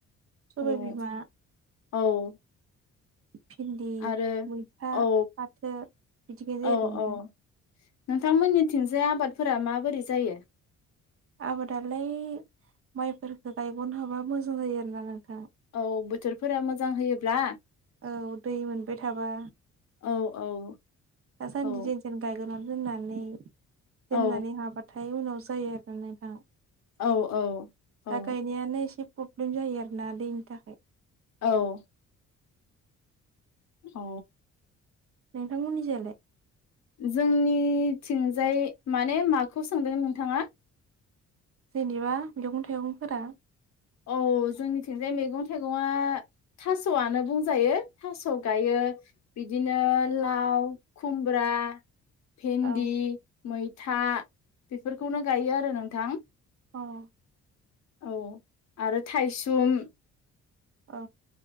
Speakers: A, on the right; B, on the left.
A: सबाय
B: औ
A: बिमा
B: औ
A: भिन्दि
B: आरो
A: मैथा
B: औ
A: फाथो बिदि गायनायय
B: औ
A: जायो आरो नोंथां
B: औ नोंथांमोननिथिंजाय आबादफोरा माबोरै जायो
A: आबादालाय माइफोरखो गायगनो हाबा मोजां जायो आरोना नोंथां
B: औ बोथोरफोरा मोजां होयोब्ला
A: औ दै मोनबाय थाबा
B: औ औ
A: दासानदि
B: औ
A: जेनथेन गायग्रोनानै दोननानै
B: औ
A: दोननानै हाबा हाथाय उनाव जायो आरोना नोंथां
B: औ औ औ
A: दा गायनायानो एसे प्रब्लेम जायो आरोना दैनि थाखाय
B: औ अ
A: नोंथांमोननि जायलाय?
B: जोंनिथिंजाय माने माखौ सोंदों नोंथाङा?
A: जेनेबा मैगं थाइगंफोरा
B: औ जोंनिथिंजाय मैगं थाइगंआ थास'आनो बुंजायो थास' गायो बिदिनो लाव खुमब्रा भिन्दि
A: औ
B: मैथा बेफोरखौनो गायो आरो नोंथां
A: उम
B: औ आरो थायसुम
A: औ